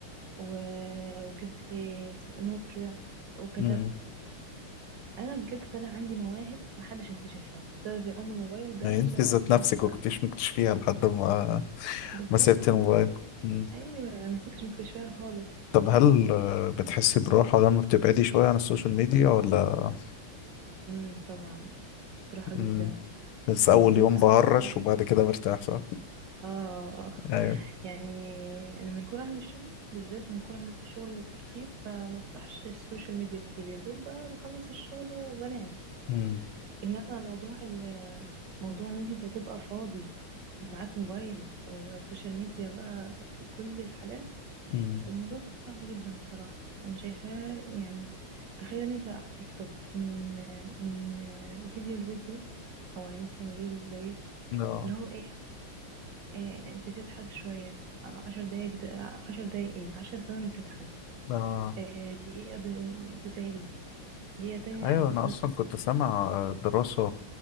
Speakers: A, on the right; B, on the left.
A: و... وجبت اسمه- إيه، نوت كده وكتبت
B: امم
A: انا بجد طلع عندي مواهب محدش مكتشفها بسبب ام الموبايل ده
B: يعني انت
A: اللي هو
B: ذات
A: خلاص
B: نفسك
A: بقى
B: ما كنتيش مكتشفيها لحد ما
A: بالظبط
B: ما سبت
A: بالظبط.
B: الموبايل مم.
A: ايوه انا مكنتش مكتشفاها خالص
B: طب هل آه، بتحسي براحة لما بتبعدي شوية عن السوشيال ميديا ولا
A: امم طبعا بس براحة
B: مم.
A: جدا
B: بس أول
A: بالذات
B: يوم
A: احلى
B: بهرش وبعد كده برتاح صح؟
A: اه
B: أيوه
A: يعني لما يكون عندي شغل بالذات لما يكون عندي شغل كتير فما بفتحش السوشيال ميديا كتير يا دوب ب- بخلص الشغل وبنام
B: امم
A: انما موضوع ال- موضوع ان انت تبقى فاضي ومعاك موبايل وسوشيال ميديا بقى في كل الحالات
B: امم
A: فالموضوع بقى صعب جدا بصراحة انا شايفاه يعني تخيل انت على التيك توك من من فيديو لفيديو او على انستغرام ريل لريل
B: اه
A: اللي هو ايه آه، بتضحك شوية آه، عشر دقايق بت... آه، عشر دقايق ايه عشر ثواني بتضحك
B: آه.
A: آه، دقيقة ب... بتعلم دقيقة تانية
B: ايوه
A: حسيت
B: انا اصلا
A: نفسك
B: كنت سامع دراسه